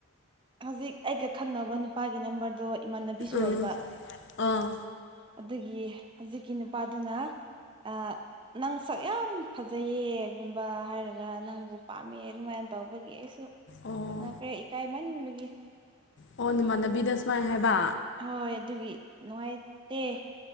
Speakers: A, on the right (about 20°); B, on the left (about 55°).
A: ꯍꯧꯖꯤꯛ ꯑꯩꯒ ꯈꯪꯅꯕ ꯅꯨꯄꯥꯒꯤ ꯅꯝꯕꯔꯗꯣ ꯏꯃꯥꯟꯅꯕꯤꯁꯨ
B: ꯎꯝ
A: ꯂꯩꯕ
B: ꯑꯥ
A: ꯑꯗꯨꯒꯤ ꯍꯧꯖꯤꯛꯀꯤ ꯅꯨꯄꯥꯗꯨꯅ ꯑ ꯅꯪ ꯁꯛ ꯌꯥꯝ ꯐꯖꯩꯌꯦꯒꯨꯝꯕ ꯍꯥꯏꯔꯒ ꯅꯪꯕꯨ ꯄꯥꯝꯃꯦ ꯑꯗꯨꯃꯥꯏꯅ ꯇꯧꯕꯒꯤ ꯑꯩꯁꯨ
B: ꯑꯣ
A: ꯇꯧꯔꯛꯇꯦ ꯏꯀꯥꯏꯃꯟꯕꯒꯤ
B: ꯑꯣ ꯏꯃꯥꯟꯅꯕꯤꯗ ꯁꯨꯃꯥꯏ ꯍꯥꯏꯕ
A: ꯍꯣꯏ ꯑꯗꯨꯒꯤ ꯅꯨꯡꯉꯥꯏꯇꯦ